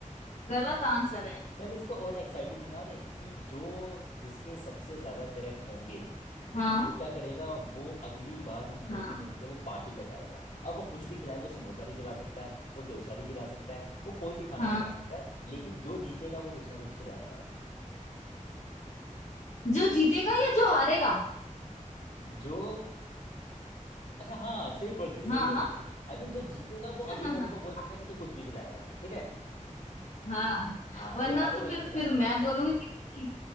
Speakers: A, on the left; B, on the left.
A: गलत आंसर है
B: चल इसको और एक्साइटिंग बना दें कि जो जिसके सबसे ज्यादा करेक्ट होंगे
A: हाँ
B: वो क्या करेगा वो अगली बार हम जब
A: हाँ
B: भी मिलेंगे वो पार्टी करवाएगा अब वो कुछ भी खिलाए वो समोसा भी खिला सकता है वो डोसा भी खिला सकता है वो कोई भी खाना
A: हाँ
B: खिला सकता है लेकिन जो जीतेगा वो कुछ ना कुछ खिलाएगा
A: जो जीतेगा या जो हारेगा
B: जो अच्छा हाँ सही बोल रही है सही
A: हाँ
B: बोल
A: हाँ
B: रही है आई मीन जो जीतेगा
A: <laughs>
B: वो अगले वाले को बोल सकता है कि तू कुछ भी खिलाएगा ठीक है
A: हाँ
B: हाँ
A: वरना
B: जो हारेगा
A: तो फिर
B: उसको खिलाना
A: फिर
B: है
A: मैं बोलूंगी कि ठीक